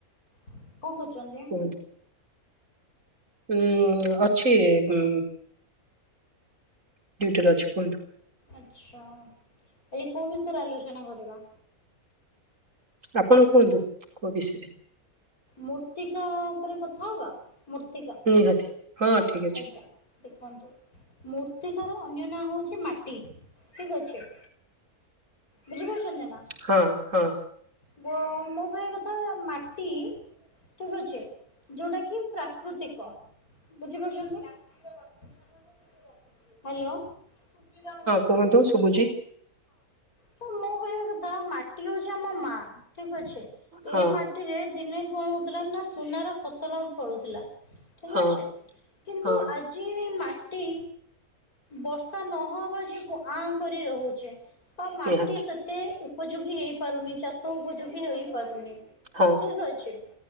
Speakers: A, on the left (about 80°); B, on the right (about 60°).
A: କଣ କହୁଛନ୍ତି।
B: ହୁଁ ଉଁ ଅଛି ହୁଁ ଡୁଟିରେ ଅଛି କୁହନ୍ତୁ।
A: ଆଚ୍ଛା ଆଜି କୋଉ ବିଷୟରେ ଆଲୋଚନା କରିବା।
B: ଆପଣ କୁହନ୍ତୁ କୋଉ ବିଷୟରେ।
A: ମୂର୍ତ୍ତିକା ଉପରେ କଥା ହବା ମୂର୍ତ୍ତିକା।
B: ନିହାତି ହଁ ଠିକ ଅଛି
A: ଆଜ୍ଞା ଦେଖନ୍ତୁ ମୂର୍ତ୍ତିକାର ଅନ୍ୟ ନାଁ ହଉଛି ମାଟି ଠିକ ଅଛି। ବଝିପାରୁଛନ୍ତି ନା।
B: ହଁ ହଁ।
A: ମୋ ମୁଁ କହିବା କଥା ମାଟି ଠିକ ଅଛି ଯୋଉଟା କି ପ୍ରାକୃତିକ। ବୁଝିପାରୁଛନ୍ତି ହ୍ୟାଲୋ। ସୁବିଧା ହଁ <unintelligible>
B: କୁହନ୍ତୁ ଶୁଭୁଛି
A: ତ ମୁଁ କହିବା କଥା ମାଟି ହଉଛି ଆମ ମା ଠିକ ଅଛେ ଏଇ
B: ହଁ
A: ମା ଟିରେ ଦିନେ କଣ ହଉଥିଲା ନା ସୁନାର ଫସଲ ଫଳୁଥିଲା। ଠିକ
B: ହଁ
A: ଅଛେ କିନ୍ତୁ
B: ହଁ
A: ଆ ଜି ମାଟି ବର୍ଷା ନହବା ଯୋଗୁ ଆଁ କରି ରହୁଛି ବା ମାଟି
B: ନିହାତି
A: ସେତେ ଉପଯୋଗୀ ହେଇପାରୁନି ଚା ଷ ଉପଯୋଗୀ ହେଇ ପାରୁନି
B: ହଁ
A: ଠିକ ଅଛି।